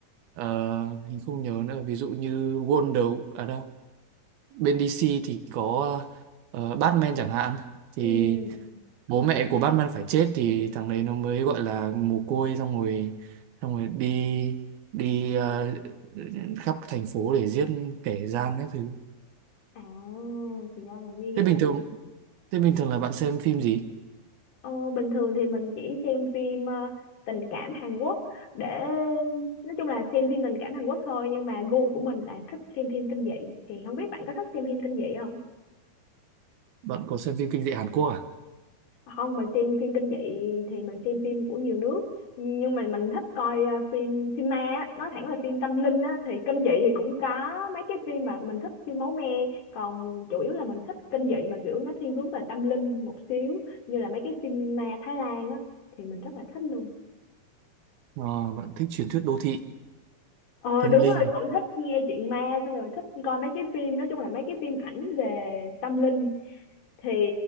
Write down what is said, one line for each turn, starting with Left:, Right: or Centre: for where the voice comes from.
Right: ờ, mình không nhớ nữa ví dụ như Wonder ở à đâu bên DC thì có ờ, Batman chẳng hạn
Left: Ừ.
Right: thì bố mẹ của Batman phải chết thì thằng đấy nó mới gọi là mồ côi xong rồi xong rồi đi đi ờ, khắp thành phố để giết kẻ gian các thứ
Left: À, thì ra là như
Right: thế bình
Left: vậy.
Right: thường thế bình thường là bạn xem phim gì
Left: Ồ, bình thường thì mình chỉ xem phim ờ, tình cảm Hàn Quốc để nói chung là xem phim tình cảm Hàn Quốc thôi nhưng mà gu của mình là thích xem phim kinh dị thì không biết bạn có thích xem phim kinh dị không?
Right: bạn có xem phim kinh dị Hàn Quốc à
Left: không mình xem phim kinh dị thì mình xem phim của nhiều nước nhưng mà mình thích coi à, phim phim ma á. nói thẳng là phim tâm linh á thì kinh dị thì cũng có mấy cái phim mà mình thích phim máu me còn chủ yếu là mình thích kinh dị mà kiểu nó thiên hướng về tâm linh một xíu như là mấy cái phim ma Thái Lan á thì mình rất là thích luôn
Right: Ờ, bạn thích truyền thuyết đô thị
Left: ờ
Right: tâm
Left: đúng
Right: linh
Left: rồi cũng thích nghe chuyện ma xong rồi thích coi mấy cái phim nói chung là mấy cái phim ảnh về tâm linh thì